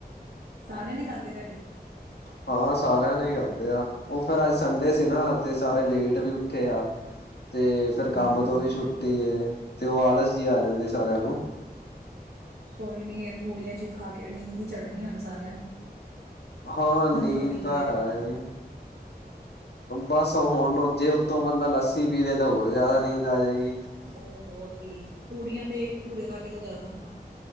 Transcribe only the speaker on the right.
ਸਾਰਿਆਂ ਨੇ ਖਾਧੇ ਘਰੇ
ਹੂੰ,
ਕੋਈ ਨੀ ਏ ਪੂੜੀਆਂ ਜਿਹੀ ਖਾ ਕੇ ਨੀਂਦ ਈ ਚੜਣੀ ਹੁਣ ਸਾਰਿਆਂ ਨੂੰ
ਥੋੜ੍ਹੀ ਕੁ
ਦੇਰ
ਬਾਅਦ।
ਓ ਬੋਤ ਈ ਪੂਰੀਆਂ ਤੇ ਭਟੂਰੇ ਖਾ ਕੇ ਤਾਂ ਜਾਦਾ ਹੁੰਦਾ।